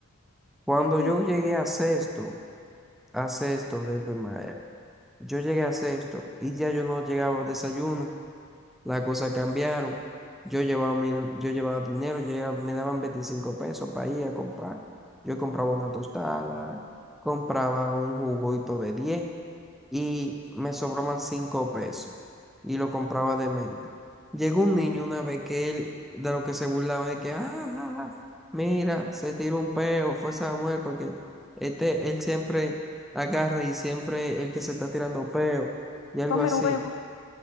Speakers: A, in the centre; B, on the left.
A: Cuando
B: ¿Qué te-
A: yo llegué a sexto, a sexto de primaria, yo llegué a sexto y ya yo no llegaba a desayuno. Las cosas cambiaron. Yo llevaba, mil- yo llevaba dinero, yo llevaba- me daban 25 pesos para ir a comprar. Yo compraba una tostada, compraba un juguito de 10 y me sobraban 5 pesos y lo compraba de menta. Llegó un niño una vez que él, de lo que se burlaba, de que, ah, ah, ah, mira, se tiró un peo, fue Samuel, porque este, él siempre agarra y siempre el que se está tirando peo y algo
B: Come
A: así,
B: huevo.